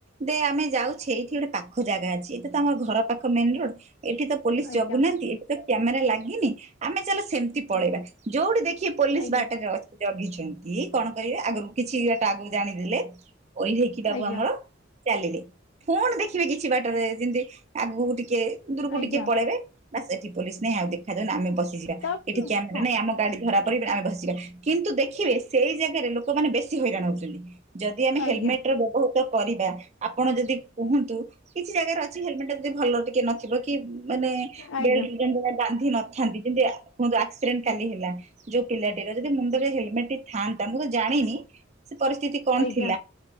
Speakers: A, on the right (about 35°); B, on the left (about 90°).
A: ଦେ ଆମେ ଯାଉଛେ ଏଇଠି ଗୋଟେ ପାଖ ଜାଗା ଅଛି ଏତ ତ ଆମର ଘର ପାଖ ମେନ ରୋଡ। ଏଠି ତ ପୋଲିସ
B: ଆଜ୍ଞା
A: ଜଗୁନାହାନ୍ତି ଏଠି ତ କ୍ୟାମେରା ଲାଗିନି ଆମେ ଚାଲ ସେମିତି ପଳେଇବା ଯୋଉଠି ଦେଖିବା। ପୋଲିସ
B: ଆଜ୍ଞା
A: ବାଟରେ ଅଛି ଜଗିଛନ୍ତି କଣ କରିବେ ଆଗରୁ କିଛି ବାଟା ଆଗକୁ ଜାଣିଦେଲେ ଓଇଠେଇକି ତାବୁ
B: ଆଜ୍ଞା
A: ଆମର ଚାଲିଲି ପୁଣି ଦେଖିବି କିଛି ବାଟରେ ଯେମିତି ଆଗକୁ ଟିକେ ଦୂରକୁ
B: ଆଜ୍ଞା
A: ଟିକେ ପଳେଇବେ ବା ସେଠି ପୋଲିସ ନାହିଁ ଆଉ ଦେଖାାଯାଉନ ଆମେ ବସିଯିବା।
B: ତା
A: ଏଠି କ୍ୟାମେରା
B: ହଁ
A: ନାଇଁ ଆମ ଗାଡି ଧରା ପରେ ବି ଆମେ ଭସିବା କିନ୍ତୁ ଦେଖିବେ ସେଇ ଜାଗାରେ ଲୋକ ଲୋକ ମାନ ବେଶୀ ହଇରାଣହଉଛନ୍ତି ଯଦି ଆମେ
B: ଆଜ୍ଞା
A: ହେଲମେଟ ର ବ୍ୟବହୃତ କରିବା ଆପଣ ଯଦି କୁହ କିଛି ଜାଗାରେ ଅଛି ହେଲମେଟା ଯଦି ଭଲ ଟିକେ ନଥିବ କି ମାନେ
B: ଆଜ୍ଞା
A: ବେଲ୍ଟ ବାନ୍ଧି ନଥାନ୍ତି ଯେମିତି କୁହନ୍ତୁ ଆକ୍ସିଡେଣ୍ଟ କାଲି ହେଲା। ଯୋଉ ପିଲାଟିର ଯଦି ମୁଣ୍ଡରେ ହେଲମେଟ ଟି ଥାଆନ୍ତା ମୁଁ ତ ଜାଣିନି ସେ ପରିସ୍ଥିତି କଣ
B: ଆଜ୍ଞା
A: ଥିଲା।